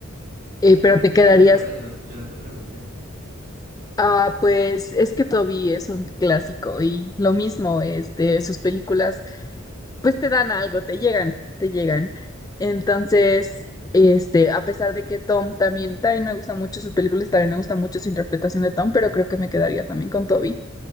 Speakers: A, on the left (about 20°); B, on the right (about 45°).
A: Eh,
B: ¿A ti
A: pero
B: cuál es
A: te
B: tu
A: quedarías
B: favorito, verdad? Yo no, yo no te pregunté.
A: Ah, pues es que Toby es un clásico y lo mismo, este, sus películas, pues te dan algo, te llegan, te llegan. Entonces, este, a pesar de que Tom también, también me gustan mucho sus películas, también me gusta mucho su interpretación de Tom, pero creo que me quedaría también con Toby.